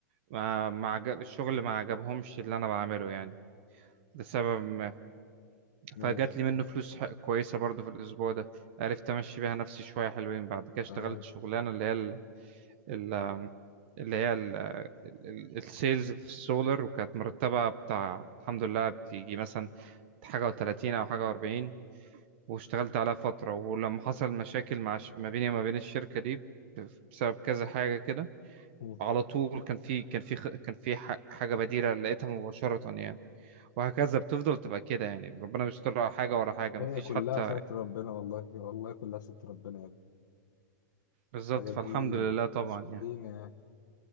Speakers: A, on the right (about 35°); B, on the left (about 70°).
A: ما ما عجب الشغل ما عجبهمش اللي انا بعمله يعني لسبب ما
B: ماشي
A: فجات لي منه فلوس ح- كويسة برضو في الأسبوع ده عرفت أمشي بيها نفسي شوية حلوين بعد كده اشتغلت
B: تمام
A: شغلانة اللي هي ال... ال- اللي هي ال- ال- ال- السيلز في السولر وكانت مرتبة بتاع الحمد لله بتيجي مثلا حاجة و30 أو حاجة و40 واشتغلت عليها فترة ولما حصل مشاكل مع ش... ما بيني وما بين الشركة دي ب- بسبب كذا حاجة كده
B: مم.
A: على طول كان في كان في خ- كان في ح- حاجة بديلة لقيتها مباشرة يعني وهكذا بتفضل تبقى كده يعني ربنا بيستر على حاجة ورا حاجة مفيش
B: هي كلها
A: حتى
B: ستر ربنا والله والله كلها ستر ربنا يا ابني
A: بالظبط
B: الحاجات
A: فالحمد
B: دي
A: لله طبعا
B: مش بايدينا
A: يعني
B: يعني